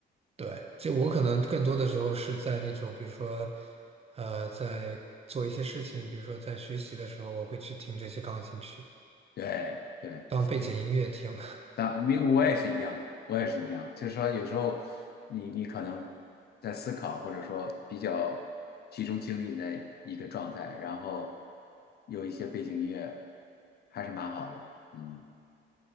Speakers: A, on the right; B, on the left.
A: 对，就我可能更多的时候是在那种，比如说，呃，在做一些事情，比如说在学习的时候，我会去听这些钢琴曲
B: 对对。
A: 当背景音乐听。<laughs>
B: 当因为我也是一样，我也是一样，就是说有时候你你可能在思考，或者说比较集中精力在一个状态，然后有一些背景音乐，还是蛮好的。嗯